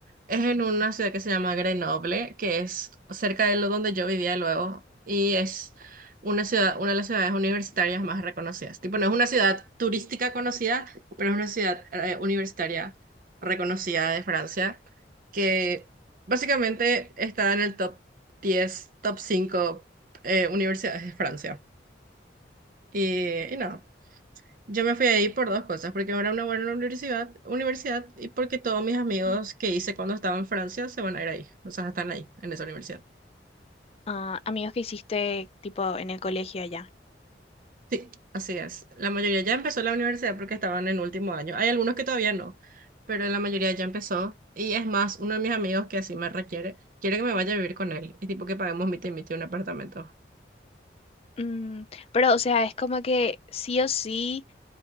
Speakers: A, on the right (about 50°); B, on the left (about 35°).
A: Es en una ciudad que se llama Grenoble, que es cerca de lo donde yo vivía luego, y es una ciudad, una de las ciudades universitarias más reconocidas. Tipo, no es una ciudad turística conocida, pero es una ciudad eh, universitaria reconocida de Francia, que básicamente está en el top diez top 5 eh, universidades de Francia. Y, y no. Yo me fui ahí por dos cosas, porque era una buena universidad, universidad y porque todos mis amigos
B: Ujú.
A: que hice cuando estaba en Francia se van a ir ahí, o sea, están ahí, en esa universidad.
B: Ah, amigos que hiciste, tipo, en el colegio allá.
A: Sí, así es. La mayoría ya empezó la universidad porque estaban en último año. Hay algunos que todavía no, pero la mayoría ya empezó. Y es más, uno de mis amigos que así me requiere, quiere que me vaya a vivir con él, y tipo que paguemos mitad y mitad un apartamento.
B: Mm, pero, o sea, es como que sí o sí